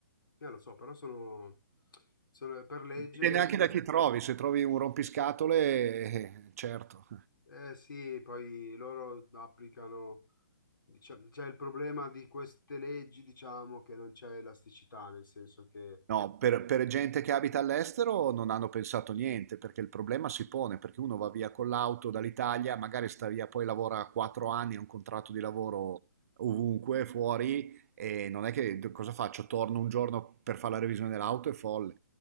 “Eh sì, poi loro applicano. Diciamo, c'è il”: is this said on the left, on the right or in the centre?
Left